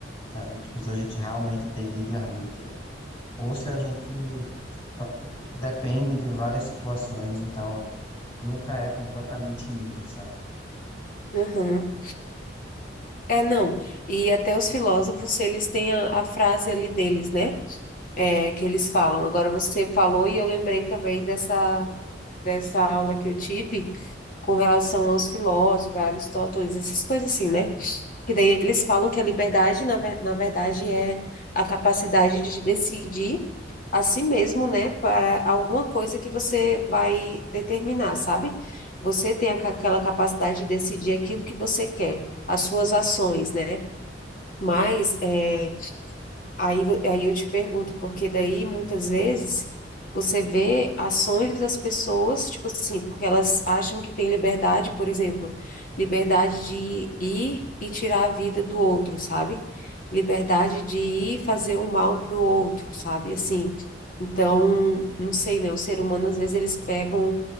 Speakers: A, on the left; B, on the left.
A: sabe? Tipo, se a gente realmente tem livre-arbítrio, ou se a gente só- depende de várias situações, então nunca é completamente livre, sabe?
B: Uhum. É, não. E até os filósofos, eles têm a, a frase ali deles, né? É, que eles falam. Agora você falou e eu lembrei também dessa, dessa aula que eu tive com relação aos filósofos, Aristóteles, essas coisas assim, né? Que daí eles falam que a liberdade, na, ver- na verdade, é a capacidade de decidir a si mesmo, né, para alguma coisa que você vai determinar, sabe? Você tem aca- aquela capacidade de decidir aquilo que você quer, as suas ações, né? Mas, eh, Aí, vo- aí eu te pergunto, porque daí muitas vezes você vê ações das pessoas, tipo assim, porque elas acham que tem liberdade, por exemplo, liberdade de ir e tirar a vida do outro, sabe? Liberdade de ir fazer o mal para o outro, sabe? Assim, então, não sei, né? O ser humano, às vezes, eles pegam